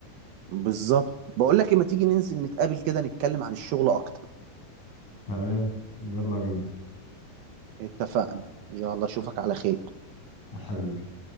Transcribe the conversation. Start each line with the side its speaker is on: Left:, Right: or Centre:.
Right: بالظبط بقول لك ايه ما تيجي ننزل نتقابل كده نتكلم عن الشغل اكتر
Left: تمام يلا بينا
Right: اتفقنا يلا اشوفك على خير
Left: يا حبيبي